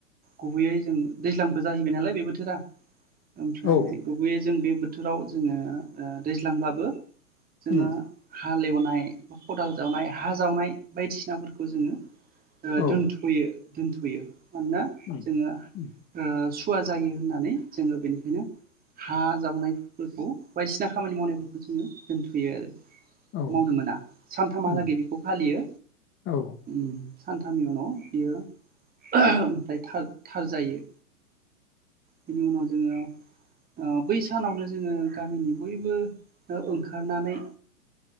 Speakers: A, on the right; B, on the left.
A: गुबैयै जों दैज्लांबो जाहैबाय नालाय बे बोथोरा ओमफ्राय
B: औ
A: गुबैय जों बे बोथोराव जोङो ओ दैज्लांब्लाबो जोङो
B: उम
A: हालेवनाय खदाल जावनाय हा जावनाय बायदिसिनाफोरखौ जोङो ओ
B: औ
A: दोनथ'यो दोनथ'यो मानोना
B: उम
A: जोङो
B: उम
A: ओ सु वा जायो होननानै जोङो बेनिखायनो हा जावनायफोरखौ बायदिसिना खामानि मावनायफोरखौ जोङो दोनथ'यो आरो।
B: औ
A: मावनो मोना सानथामहालागै
B: उम
A: फालियो
B: औ
A: ओम सानथामनि उनाव बियो ओमफ्राय थार थार जायो बिनि उनाव जोङो ओ बै सानावनो जोङो गामिनि बयबो ओंखारनानै